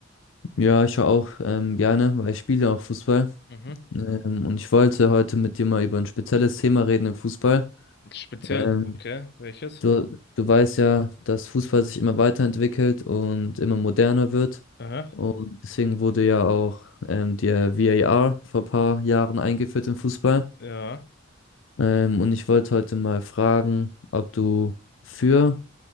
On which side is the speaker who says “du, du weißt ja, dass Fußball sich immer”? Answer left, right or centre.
Left